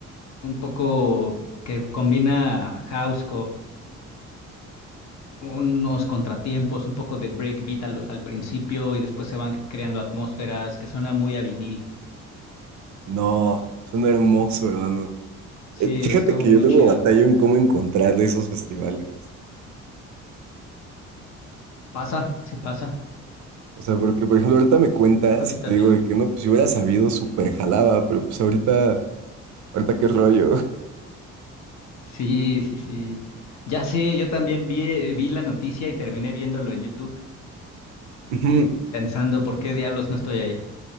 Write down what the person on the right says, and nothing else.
No, suena hermoso, hermano.
Eh, Fíjate
que
yo luego
batallo en cómo encontrarle esos festivales.
O sea, porque por ejemplo ahorita me cuentas
y
te digo de que no, pues si hubiera sabido, súper jalaba, pero pues ahorita, ahorita qué rollo.
Ujú.